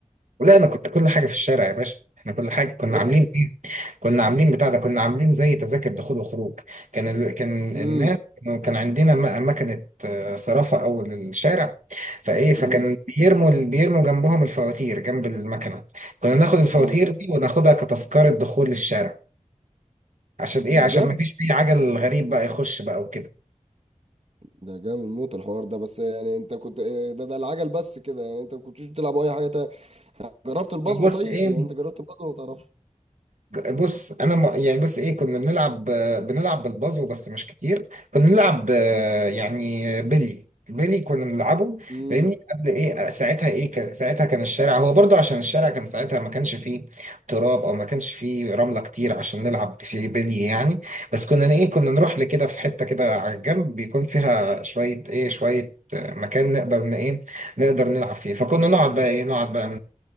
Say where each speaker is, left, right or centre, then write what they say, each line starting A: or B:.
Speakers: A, on the right; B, on the right.
A: ولا انا كنت كل حاجة في الشارع يا باشا احنا كل حاجة كنا
B: يلعب
A: عاملين إيه؟ كنا عاملين بتاع ده كنا عاملين زي تذاكر دخول وخروج كان ال... كان
B: امم
A: الناس كانوا- كان عندنا م- مكنة صرافة أول الشارع فإيه فكان
B: امم
A: بيرموا ال- بيرموا جنبهم الفواتير جنب المكنة كنا ناخد الفواتير
B: امم
A: دي وناخدها كتذكرة دخول للشارع عشان إيه
B: ده
A: عشان
B: بجد
A: ما فيش أي عجل غريب بقى يخش بقى وكده
B: ده جامد موت الحوار ده بس يعني انت كنت إيه، ده ده العجل بس كده يعني انت ما كنتش بتلعب اي حاجه تانية جربت البازو
A: بص
B: طيب
A: إيه
B: يعني انت جربت البازو ولا ما تعرفش
A: بص انا ما- يعني بص ايه كنا بنلعب بنلعب بالبازو بس مش كتير كنا بنلعب آه، يعني بيلي بيلي كنا بنلعبه
B: امم
A: فاهمني قبل ايه ساعتها ايه كان- ساعتها كان الشارع هو برضو عشان الشارع كان ساعتها ما كانش فيه تراب او ما كانش فيه رملة كتير عشان نلعب فيه بيلي يعني بس كنا ايه كنا نروح لكده في حتة كده على الجنب بيكون فيها شوية ايه شوية آه، مكان نقدر ن- ايه نقدر نلعب فيه فكنا نقعد بقى ايه نقعد بقى